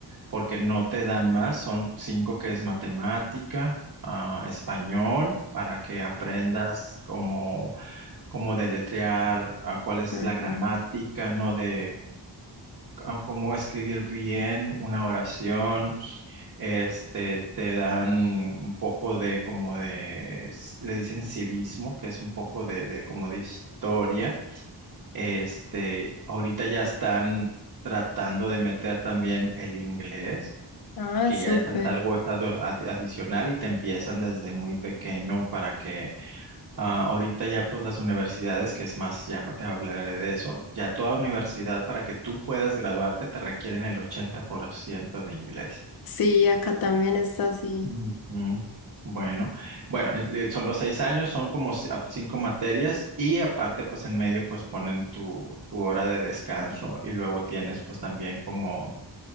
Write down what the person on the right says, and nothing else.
porque no te dan más, son cinco que es matemática, ah, español, para que aprendas cómo, cómo deletrear, ah, cuál es
la gramática, ¿no? De ah, cómo escribir bien una oración este, te dan un poco de como de, s- le dicen civismo, que es un poco de, de como de historia. Este, ahorita ya están tratando de meter también el inglés,
que
ya es, es algo es ado- ad- adicional y te empiezan desde muy pequeño para que ah, ahorita ya pues las universidades, que es más, ya te hablaré de eso, ya toda universidad para que tú puedas graduarte te requieren el 80% de inglés.
Ujú. Bueno, bueno, en- eh, son los seis años, son como ci- ap- cinco materias y aparte pues en medio pues ponen tu, tu hora de descanso y luego tienes pues también como,